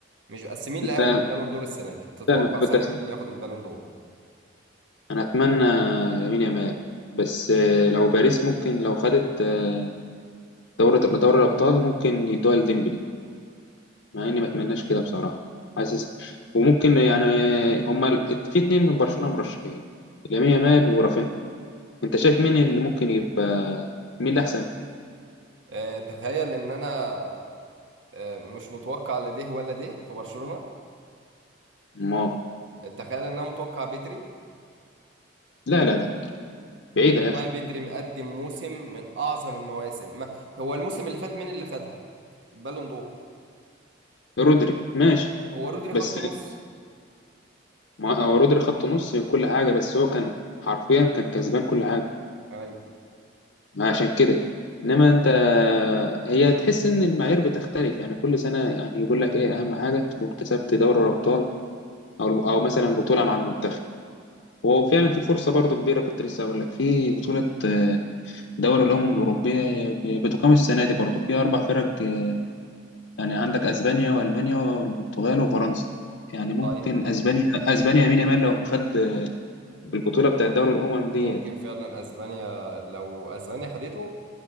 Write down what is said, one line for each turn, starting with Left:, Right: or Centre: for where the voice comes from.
Right: مش بس مين اللي
Left: أنت
Right: هياخد البالون دور السنة دي تتوقع
Left: استنى كنت
Right: صحيح
Left: أست...
Right: مين اللي ياخد البالون دور
Left: أنا أتمنى يمين يامال بس آه، لو باريس ممكن لو خدت آه، دورة دوري الأبطال ممكن يدوها لديمبلي مع اني ما اتمناش كده بصراحه حاسس وممكن يعني هما ال- في اتنين من برشلونه مرشحين لامين يامال ورافينها انت شايف مين اللي ممكن يبقى مين اللي احسن
Right: آه، تخيل ان انا آه، مش متوقع لا ده ولا ده في برشلونة
Left: ما
Right: تخيل ان انا متوقع بدري
Left: لا لا لا بعيده
Right: والله
Left: يا اخي
Right: بدري مقدم موسم من اعظم المواسم ما هو الموسم اللي فات مين اللي خدها البالون دور
Left: رودري ماشي
Right: هو رودري
Left: بس
Right: خط نص
Left: ما هو رودري خط نص كل حاجه بس هو كان حرفيا كان كسبان كل حاجه
Right: ايوه
Left: ما عشان كده انما انت هي تحس ان المعايير بتختلف يعني كل سنه يعني يقول لك ايه اهم حاجه تكون كسبت دوري الابطال او او مثلا بطوله مع المنتخب وفعلا في فرصة برضو كبيرة كنت لسه هقول لك في بطولة آه، دوري الأمم الأوروبية بتقام السنة دي برضو في أربع فرق آه، يعني عندك أسبانيا وألمانيا والبرتغال وفرنسا يعني ممكن
Right: طيب
Left: أسبانيا أسبانيا يمين يامال لو خد آه، البطولة بتاعت دوري الأمم ديت
Right: ممكن فعلا اسبانيا لو اسبانيا خدته